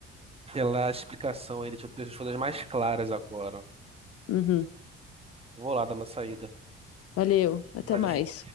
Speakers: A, on the right; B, on the left.
A: pela explicação aí, deixa eu deixar as coisas mais claras agora.
B: Uhum.
A: Vou lá dar uma saída.
B: Valeu, até
A: Valeu.
B: mais.